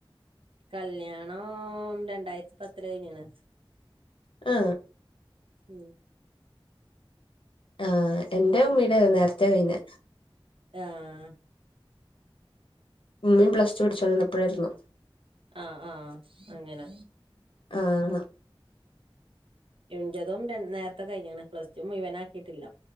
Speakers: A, on the right (about 70°); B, on the left (about 65°).
A: കല്യാണം രണ്ടായിരത്തി പത്തിൽ കഴിഞ്ഞ്ക്ക്ണ്.
B: ആ
A: ഉം
B: ആ എൻ്റെ ഉമ്മീടെ നേരത്തെ കയിഞ്ഞെ
A: ആഹ
B: ഉമ്മീയും പ്ലസ് ടു പടിച്ചുണ്ടിന്നപ്പോഴായിരുന്ന
A: ആഹ ആഹ് അങ്ങനെ
B: ആഹ
A: എഴഞ്ചതും നേരത്തെ കഴിഞ്ഞ പ്ലസ് ടു ഇഴവനാക്കിട്ടില്ലോ